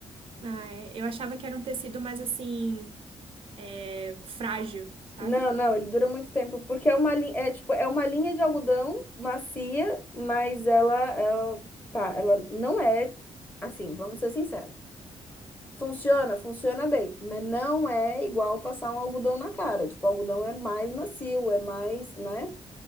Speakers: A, on the right (about 50°); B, on the left (about 15°).
A: Ah, é. Eu achava que era um tecido mais assim, é, frágil, sabe?
B: Não, não, ele dura muito tempo, porque é uma, li- é, tipo, é uma linha de algodão macia, mas ela, ela, pá, ela não é assim, vamos ser sinceros. Funciona, funciona bem, mas não é igual passar um algodão na cara. Tipo, o algodão é mais macio, é mais, né?